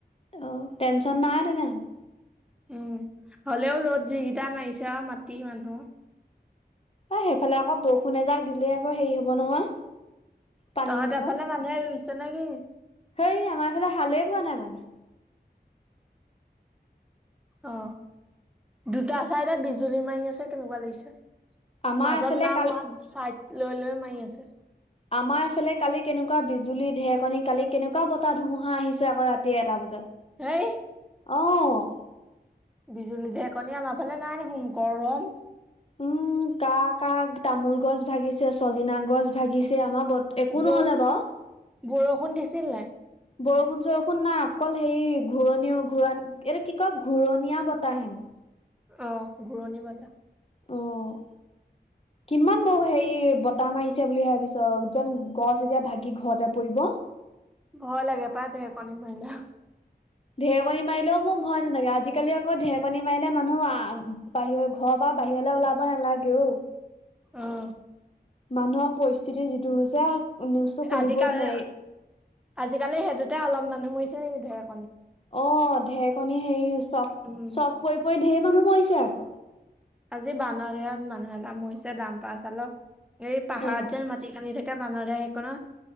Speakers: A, on the left (about 35°); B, in the centre.
A: অ টেনচন নাই তেনেহলে
B: উম হ'লেও ৰ'দ যিকিটা মাৰিছে আৰু মাটি মানুহ
A: ত সেইফালে আকৌ বৰষুণ এজাক দিলেই আকৌ হেৰি হব নহয়। পানী
B: তহঁতৰ
A: হব
B: ফালে মানুহে ৰুইছে নেকি?
A: সেই আমাৰ এইফালে হালে পোৱা নাই মানে।
B: অ দুটা চাইডে বিজুলী মাৰি আছে কেনেকুৱা লাগিছে।
A: আমাৰ
B: মাজত
A: এইফালে
B: নাই
A: কালি
B: মৰা চাইড লৈ লৈ মাৰি আছে।
A: আমাৰ এইফালে কালি কেনেকুৱা বিজুলী ঢেকনি কালি কেনেকুৱা বতাহ ধুমুহা আহিছে আকৌ ৰাতি এটা বজাত।
B: সেই।
A: অহ।
B: বিজুলী ঢেকনী আমাৰ ফালে নাই দেখোন গৰম।
A: উম কাৰ কাৰ তামোল গছ ভাঙিছে চজিনা গছ ভাঙিছে। আমাৰ বত একো
B: ব-
A: নহ'লে বাৰু।
B: বৰষুণ দিছিল নাই।
A: বৰষুণ চৰষুণ নাই অকল হেৰি ঘূৰণি ঘূৰা এইটো কি কয় ঘূৰণীয়া বতাহে উম।
B: অহ ঘুৰণী বতাহ।
A: অ'। কিমান বৌ হেৰি বতাহ মাৰিছে বুলি ভাবিছ যেন গছ এতিয়া ভাঙি ঘৰতে পৰিব।
B: ভয় লাগে পায় ঢেৰেকণী মাৰিলে।
A: ঢেৰেকণী মাৰিলেও মোৰ ভয় নাথাকে। আজিকালি আকৌ ঢেৰকণী মাৰিলে মানুহ আহ বাহিৰৰ ঘৰৰ পৰা। বাহিৰলৈ ওলাব নালাগেও।
B: অহ।
A: মানুহৰ পৰিস্থিতি যিটো হৈছে। নিউজটো খুলিবই
B: আজি কালি
A: নোৱাৰি
B: আজি কালি সেইটোতে অলপ মানুহ মাৰিছে নেকি ঢেৰ-
A: অ ঢেৰকণী হেৰি চক
B: উম।
A: চক পৰি পৰি ঢেৰ মানুহ মৰিছে আকৌ।
B: আজি বানৰ ইয়াত মানুহ এটা মৰিছে দামপাৰ চালক এই পাহাৰ
A: অ
B: যেন মাটি খান্দি থাকে। এতিয়া বানৰ সেইখনত